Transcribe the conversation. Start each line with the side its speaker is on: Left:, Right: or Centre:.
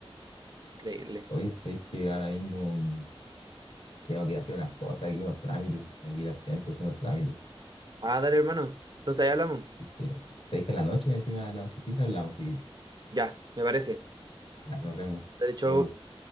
Right: increíble.
Left: Oye, sabéis que ahora mismo mm, tengo que ir a hacer unas cosas aquí, unos trámites. Tengo que ir al centro, a hacer unos trámites.
Right: Ah, dale, hermano. Entonces ahí hablamos.
Left: Es que, sabéis que a la noche, encima de la nochecita, hablamos si queréis.
Right: Ya, me parece.
Left: Ya, nos vemos.
Right: De hecho,
Left: Chau.